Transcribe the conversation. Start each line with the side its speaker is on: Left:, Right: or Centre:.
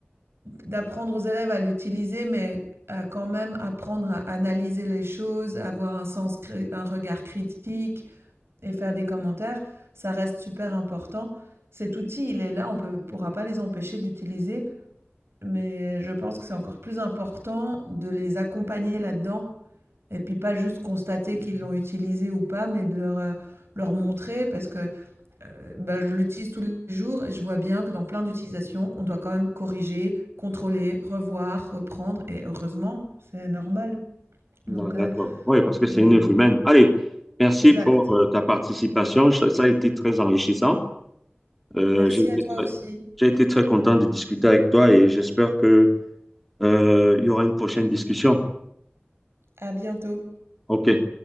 Right: d'apprendre aux élèves à l'utiliser, mais à quand même apprendre à analyser les choses, avoir un sens cré un regard critique. et faire des commentaires, ça reste super important. Cet outil, il est là, on ne pourra pas les empêcher d'utiliser, mais je pense que c'est encore plus important de les accompagner là-dedans et puis pas juste constater qu'ils l'ont utilisé ou pas, mais de leur, euh, leur montrer parce que euh, bah, je l'utilise tous les jours et je vois bien que dans plein d'utilisations, on doit quand même corriger, contrôler, revoir, reprendre et heureusement, c'est normal.
Centre: Non,
Right: Donc, euh,
Centre: d'accord. Oui, parce que
Right: euh,
Centre: c'est une œuvre humaine. Allez, merci
Right: exact.
Centre: pour euh, ta participation. Ça, ça a été très enrichissant. Euh,
Right: Merci
Centre: j'ai été
Right: à toi
Centre: très,
Right: aussi.
Centre: j'ai été très content de discuter avec toi et j'espère que, euh, il y aura une prochaine discussion.
Right: À bientôt.
Centre: OK.